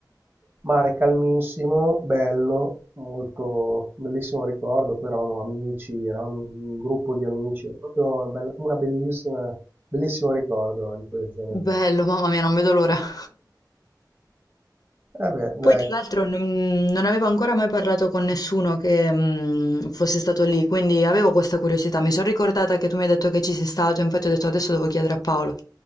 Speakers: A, on the right (about 30°); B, on the left (about 55°).
A: mare calmissimo, bello, molto bellissimo ricordo, poi eravamo amici, eravamo un gruppo di amici, è proprio una, bella- una bellissima, bellissimo ricordo di quelle zone lì.
B: Bello, mamma mia, non vedo l'ora. <laughs>
A: Vabbè, dai.
B: Poi, tra l'altro, non, non avevo ancora mai parlato con nessuno che mm, fosse stato lì, quindi avevo questa curiosità. Mi sono ricordata che tu mi hai detto che ci sei stato, infatti ho detto adesso devo chiedere a Paolo.